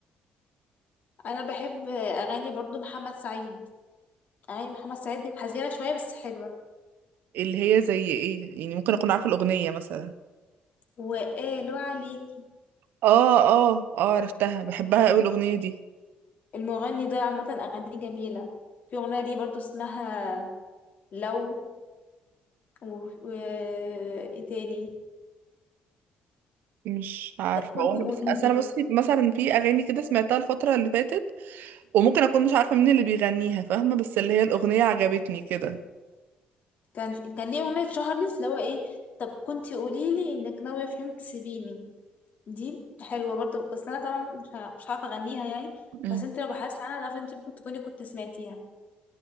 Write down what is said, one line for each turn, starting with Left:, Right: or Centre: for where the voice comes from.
Left: انا بحب اغاني برضو محمد سعيد اغاني محمد سعيد دي حزينة شوية بس حلوة
Right: اللي هي زي ايه يعني ممكن اكون عارفة الأغنية مثلا
Left: وقالوا عليكي
Right: اه اه اه عرفتها بحبها قوي الاغنيه دي
Left: المغني ده عامة اغانيه جميلة في اغنية ليه برضو اسمها لو و... و... ايه تاني
Right: مش عارفة
Left: كنت
Right: هو انا
Left: قوليلي
Right: بس اصل انا بصي مثلا في اغاني كده سمعتها الفترة اللي فاتت وممكن اكون مش عارفة مين اللي بيغنيها فاهمة بس اللي هي الأغنية عجبتني كده
Left: كان كان ليه اغنية شهرلس اللي هو ايه طب كنت قوليلي انك ناوية في يوم تسيبيني دي حلوة برضو بس أنا طبعا مش ه- مش هعرف أغنيها يعني
Right: مم.
Left: بس انت لو بحثت عنها تعرفي انت ممكن تكوني كنت سمعتيها